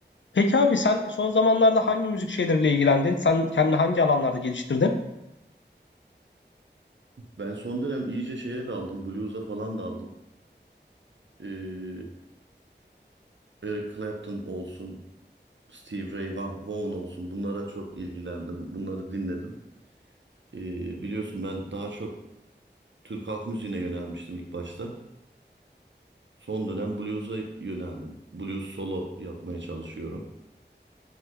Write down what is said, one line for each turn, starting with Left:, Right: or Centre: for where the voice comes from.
Left: Peki abi sen son zamanlarda hangi müzik şeyleriyle ilgilendin? Sen kendini hangi alanlarda geliştirdin?
Right: Ben son dönem iyice şeye daldım. Blues'a falan daldım. Ee, Eric Clapton olsun, Steve Ray Va- Vaughan olsun bunlara çok ilgilendim. Bunları dinledim. Ee, biliyorsun ben daha çok Türk halk müziğine yönelmiştim ilk başta. Son dönem blues'a yöneldim. Blues solo yapmaya çalışıyorum.